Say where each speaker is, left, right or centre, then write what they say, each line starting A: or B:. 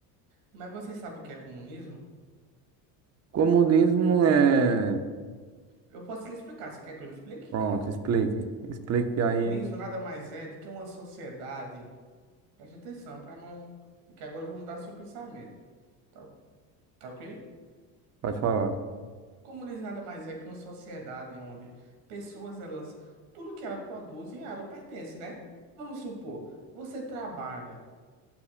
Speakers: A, on the right; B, on the right.
A: Mas você sabe o que é comunismo?
B: Comunismo é.
A: Eu posso lhe explicar. Você quer que eu lhe explique?
B: Pronto, explique. Explique
A: Comunismo
B: aí,
A: nada mais é do que uma sociedade. Preste atenção para não. E que agora eu vou mudar seu pensamento. Tá, tá ok?
B: pode falar.
A: Comunismo nada mais é que uma sociedade onde pessoas, elas. Tudo que elas produzem, a ela pertence, né? Vamos supor, você trabalha